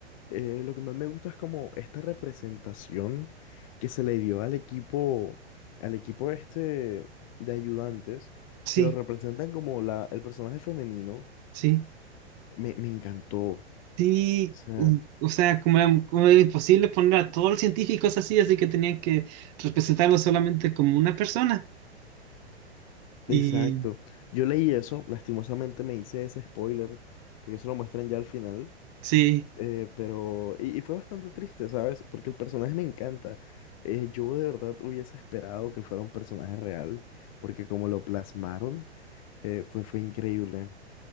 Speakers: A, on the left; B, on the right.
A: Eh, lo que más me gusta es como esta representación que se le dio al equipo, al equipo este de ayudantes,
B: sí,
A: que lo representan como la, el personaje femenino.
B: sí.
A: Me, me encantó. O
B: Sí,
A: sea,
B: mm, o sea, como era, como era imposible poner a todos los científicos así, así que tenían que representarlo solamente como una persona.
A: exacto.
B: Y
A: Yo leí eso, lastimosamente me hice ese spoiler, porque eso lo muestran ya al final.
B: sí,
A: Eh, pero, y, y fue bastante triste, ¿sabes? Porque el personaje me encanta. Eh, yo de verdad hubiese esperado que fuera un personaje real, porque como lo plasmaron, eh, fue, fue increíble.